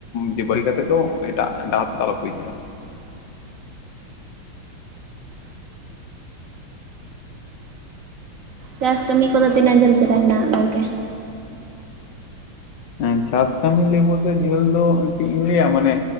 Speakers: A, on the left; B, on the right.
A: ᱡᱮ ᱵᱟᱹᱜᱤ ᱠᱟᱛᱮᱫ ᱫᱚ ᱮᱴᱟᱜ <unintelligible> ᱟᱞᱚᱯᱮ ᱩᱭᱦᱟᱹᱨᱟ᱾
B: ᱪᱟᱥ ᱠᱟᱹᱢᱤ ᱠᱚᱫᱚ ᱛᱤᱱᱟᱹᱜ ᱡᱷᱟᱹᱞ ᱪᱟᱞᱟᱣᱮᱱᱟ ᱜᱚᱝᱠᱮ?
A: ᱦᱮᱸ ᱪᱟᱥ ᱠᱟᱹᱢᱤ ᱞᱟᱹᱭ ᱵᱚᱞᱛᱮ ᱡᱷᱟᱹᱞ ᱫᱚ ᱪᱮᱫ ᱤᱧ ᱞᱟᱹᱭᱟ ᱢᱟᱱᱮ